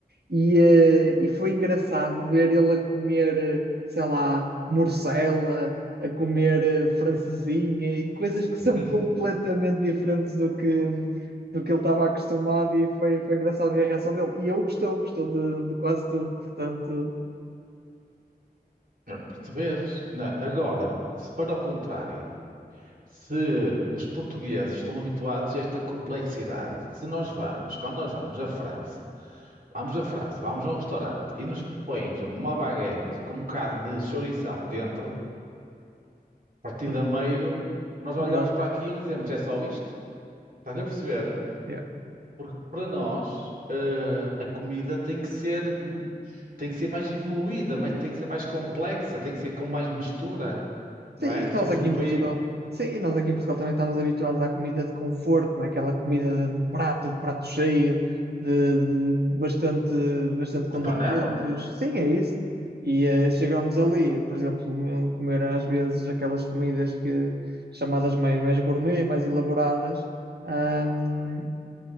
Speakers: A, on the right (about 85°); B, on the right (about 60°).
A: e, eh, e foi engraçado ver ele a comer, eh, sei lá, morcela, a comer eh, francesinha e coisas que
B: <laughs>
A: são completamente diferentes do que, do que ele estava acostumado e foi, foi engraçado ver a reação dele. E ele gostou, gostou de, de quase tudo, portanto,
B: Não, Perceberes? Não é? Agora, se for ao contrário, se os portugueses estão habituados a esta complexidade, se nós vamos, quando nós vamos à França, Vamos à França, vamos a um restaurante e nos põem, por exemplo, uma baguete com um bocado de chourição dentro, partida
A: <laughs>
B: a meio, nós olhamos
A: é
B: para aquilo e dizemos, é só isto? Estás a perceber?
A: verdade.
B: Porque para nós, eh, a comida tem que ser, hum, tem que ser mais evoluída, mas tem que ser mais complexa, tem que ser com mais mistura,
A: Sim,
B: não é?
A: e
B: Somos
A: nós aqui
B: um
A: em
B: país
A: Portugal. Sim, e nós aqui em Portugal também estamos habituados à comida de conforto, não é? Aquela comida de, de prato, de prato cheio, de, de bastante, bastante
B: de
A: condimentos.
B: panela?
A: Sim, é isso. E eh, chegamos ali, por exemplo, meu- comer às vezes aquelas comidas que chamadas mais, mais gourmet, mais elaboradas, ahm,